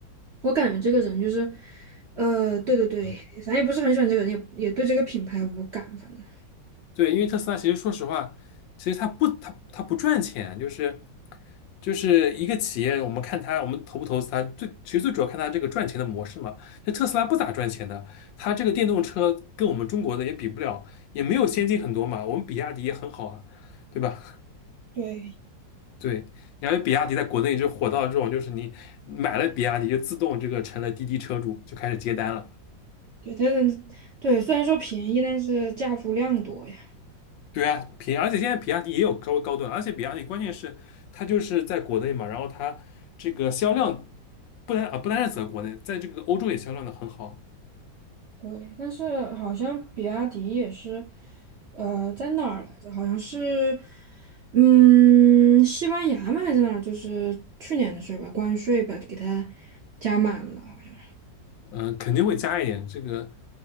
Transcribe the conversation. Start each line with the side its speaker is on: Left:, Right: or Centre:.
Right: 我感觉这个人就是，呃，对对对，
Left: 嗯
Right: 反正也不是很喜欢这个人，也也对这个品牌无感，反正。
Left: 对，因为特斯拉其实说实话，其实它不它它不赚钱，就是就是一个企业，我们看它我们投不投资它，最其实最主要看它这个赚钱的模式嘛。这特斯拉不咋赚钱的，它这个电动车跟我们中国的也比不了，也没有先进很多嘛。我们比亚迪也很好啊，对吧？<laughs>
Right: 对，
Left: 对，你看比亚迪在国内就火到这种，就是你买了比亚迪就自动这个成了滴滴车主，就开始接单了。
Right: 对，他的，对，虽然说便宜，但是价足量多呀。
Left: 对啊，平，而且现在比亚迪也有稍微高端，而且比亚迪关键是它就是在国内嘛，然后它这个销量不单啊不单是在国内，在这个欧洲也销量的很好，
Right: 对，但是好像比亚迪也是，呃，在哪儿来着？好像是，嗯，西班牙嘛，还是哪儿？就是去年的事儿吧，关税把给它加满了，好像。
Left: 嗯、肯定会加一点。这个